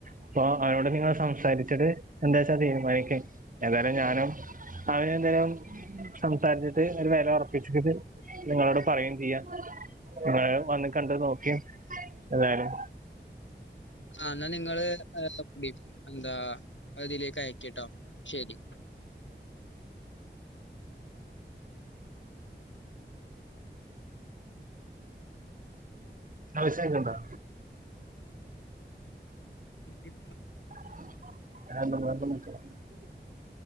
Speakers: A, on the right (about 45°); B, on the left (about 80°).
A: അപ്പൊ അവരോട് നിങ്ങൾ സംസാരിച്ചിട്ട് എന്താച്ചാ തീരുമാനിക്കും ഏതായാലും ഞാനും അവന് എന്തേലും സംസാരിച്ചിട്ട് ഒരു വെല ഉറപ്പിട്ട് അത് നിങ്ങളോട് പറയുകയും ചെയ്യാം നിങ്ങ വന്ന് കണ്ട് നോക്കിയ എതായാലും
B: ആ എന്നാൽ നിങ്ങള് ഒപ്പിടിപ്പിക്ക് എന്താ അതിലേക്ക് അയക്ക്ട്ടോ ശരി
A: ങ്ങള് വിസായിക്കണ്ടാ
B: <unintelligible>
A: <unintelligible>